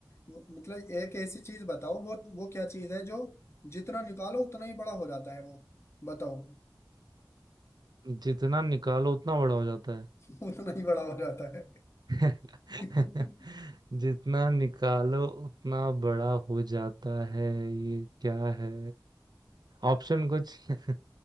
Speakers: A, on the left; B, on the right.
A: मतलब एक ऐसी चीज बताओ वो वो क्या चीज है जो जितना निकालो उतना ही बड़ा हो जाता है वो बताओ
B: जितना निकालो उतना बड़ा हो जाता है।
A: <laughs> उतना ही बड़ा हो जाता है
B: <laughs>
A: <laughs>
B: जितना निकालो उतना बड़ा हो जाता है ये क्या है ऑप्शन कुछ <laughs>